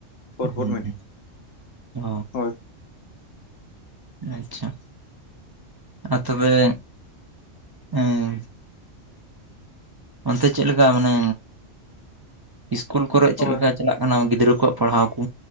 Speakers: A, on the left; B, on the right.
A: ᱯᱚᱨ ᱯᱚᱨ
B: ᱦᱩᱸᱼ
A: ᱢᱮᱱᱟᱜᱼᱟ
B: ᱚ
A: ᱦᱳᱭ
B: ᱟᱪᱪᱷᱟ ᱟᱨ ᱛᱚᱵᱮᱼ ᱮᱸ ᱚᱱᱛᱮ ᱪᱮᱫ ᱞᱮᱠᱟ ᱢᱟᱱᱮ ᱤᱥᱠᱩᱞ ᱠᱚᱨᱮᱜ ᱪᱮᱫᱼᱫᱮᱠᱟ᱾
A: ᱦᱳᱭ
B: ᱪᱟᱞᱟᱜ ᱠᱟᱱᱟ ᱜᱤᱫᱽᱨᱟᱹ ᱠᱩᱣᱟᱜ ᱯᱟᱲᱦᱟᱣ ᱠᱩᱼᱼ